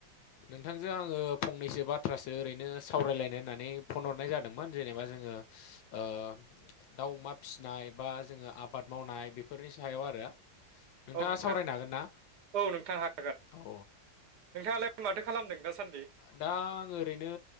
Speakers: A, on the left; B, on the right.
A: नोंथांजों आङो फंनैसो बा बाथ्रासो ओरैनो सावरायलायनो होननानै फन हरनाय जादोंमोन जेनेबा जोङो ओ दाउ अमा फिसिनाय बा जोङो आबाद मावनाय बेफोरनि सायाव आरो नोंथाङा
B: औ नोंथां
A: सावरायनो हागोन ना?
B: औ नोंथां हागोन
A: औ
B: नोंथाङालाय माथो खालामदों दासान्दि
A: दा आं ओरैनो